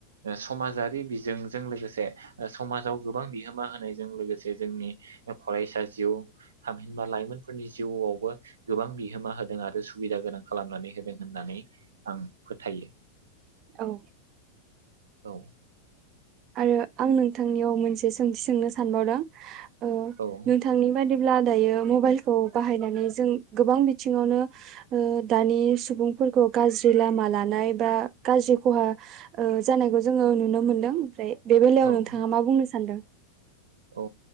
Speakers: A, on the right; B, on the right.
A: ओ समाजारि बिजोंजों लोगोसे ओ समाजाव गोबां बिहोमा होनायजों लोगोसे जोंनि फरायसा जिउ थामहिनबा लाइमोनफोरनि जिउआवबो गोबां बि होमा होदों आरो सुबिदा गोनां खालामनानै होदों होननानै आं फोथायो
B: औ
A: औ
B: आरो आं नोंथांनियाव मोनसे सोंथि सोंनो सानबावदों औ
A: औ
B: नोंथांनि बादि दिब्ला दायो मबाइलखौ बाहायनानै जों गोबां बिथिङावनो ओ दानि सुबुंफोरखौ गाज्रि लामा लानाय बा गाज्रि खहा ओ जानायखौ जोङो नुनो मोन मोन्दों ओमफ्राय बे बेलायाव
A: औ
B: नोंथाङा मा बुंनो सानदों?
A: औ